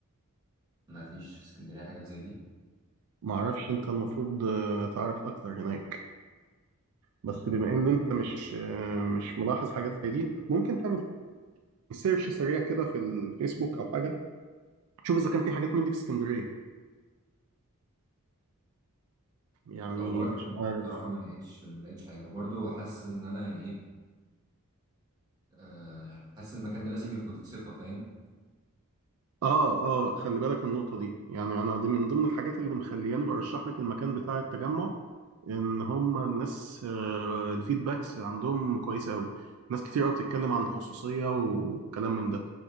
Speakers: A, on the right (about 20°); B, on the right (about 75°).
A: ما فيش في اسكندرية حاجات زي دي
B: معرفش انت المفروض آه، تعرف اكتر هناك بس بما ان انت مش آه، مش ملاحظ حاجات زي دي ممكن تعمل سيرش سريع كده في الفيسبوك او حاجه تشوف اذا كان في حاجات من دي في اسكندريه يعني
A: دورت
B: مش عارف
A: بصراحة ما لقيتش ما لقيتش حاجة وبرضه حاسس ان انا يعني ايه آه، حاسس ان المكان ده لازم يكون ثقة فاهم
B: اه اه خلي بالك النقطة دي يعني انا دي من ضمن الحاجات اللي مخلياني برشح لك المكان بتاع التجمع ان هم الناس آه، الفيدباكس عندهم كويسة قوي ناس كتير قوي بتتكلم عن الخصوصية والكلام من ده